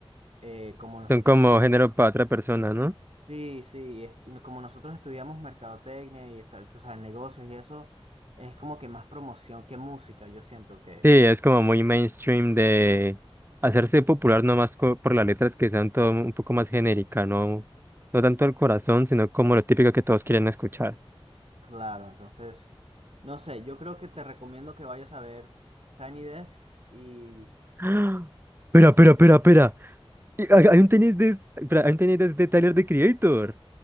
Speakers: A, on the right; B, on the right.
A: eh, como
B: Son
A: nosotros,
B: como
A: estu-
B: género para otra persona, ¿no?
A: sí, sí, est- y como nosotros estudiamos mercadotecnia y está, tú sabes, negocios y eso, es como que más promoción que música, yo siento que,
B: Sí, es como muy mainstream de hacerse popular nomás co- por las letras que sean todo un poco más genérica, no, no tanto el corazón, sino como lo típico que todos quieren escuchar.
A: claro, entonces, no sé, yo creo que te recomiendo que vayas a ver Tiny Desks y,
B: <gasps> ¡Ah! Espera,
A: no
B: espera,
A: sé,
B: espera, espera. Y Hay hay un tenis de, espera, hay un tenis de, de Tyler, The Creator.